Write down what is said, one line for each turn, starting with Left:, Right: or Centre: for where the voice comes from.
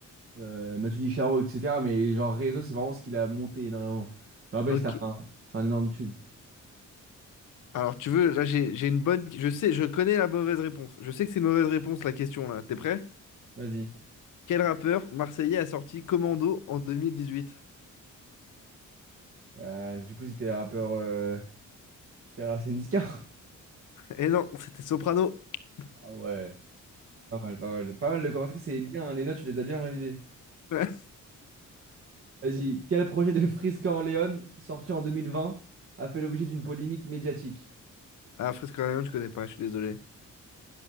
Right: euh, Matu Dicharo, etc. Mais genre Réseau, c'est vraiment ce qu'il a monté énormément. Je me rappelle,
Left: Ok.
Right: c'était un, c'est un énorme tube.
Left: Alors tu veux, là j'ai j'ai une bonne. Je sais, je connais la mauvaise réponse. Je sais que c'est une mauvaise réponse la question là. T'es prêt?
Right: Vas-y.
Left: Quel rappeur marseillais a sorti Commando en 2018?
Right: Euh, du coup, c'était le rappeur. euh, C'est c'est Niska. <laughs>
Left: Eh non, c'était Soprano. <laughs>
Right: Ah ouais. Pas mal, pas mal. Pas mal de commentaires, c'est bien. Les notes, tu les as bien révisées.
Left: Ouais.
Right: Vas-y. Quel projet de Freeze Corleone, sorti en 2020, a fait l'objet d'une polémique médiatique?
Left: Ah, Freeze Corleone, je connais pas, je suis désolé.